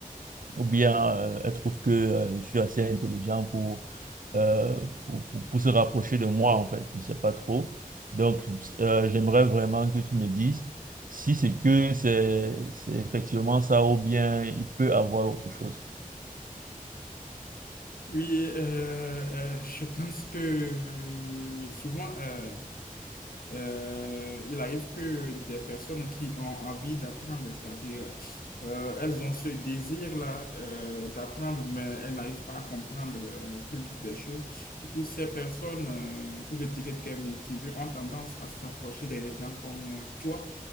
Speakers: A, on the right; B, on the left.
A: ou bien euh, elle trouve que euh, je suis assez intelligent pour, euh, pour, pour- pour se rapprocher de moi, en fait. Je ne sais pas trop. Donc, euh, j'aimerais vraiment que tu me dises si c'est que c'est, c'est effectivement ça ou bien il peut avoir autre chose.
B: Oui, euh, euh, je pense que euh, souvent, euh, Euh, il arrive que des personnes qui ont envie d'apprendre, c'est-à-dire euh, elles ont ce désir-là euh, d'apprendre, mais elles n'arrivent pas à comprendre euh, plus vite des choses. Du coup, ces personnes euh, que je dirais très motivées ont tendance à s'approcher des gens comme euh, toi